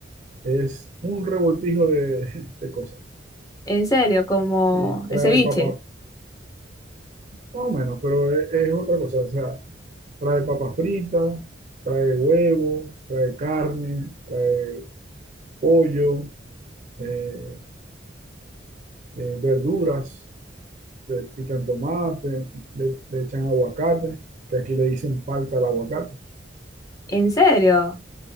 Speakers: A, on the right; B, on the left.
A: Es un revoltijo de, de cosas.
B: En serio, como
A: Sí, trae
B: el ceviche.
A: papa, más o menos, pero es, es otra cosa. O sea, trae papa frita, trae huevo, trae carne, trae pollo, eh, eh, verduras, le pican tomate, le, le echan aguacate, que aquí le dicen palta al aguacate.
B: En serio.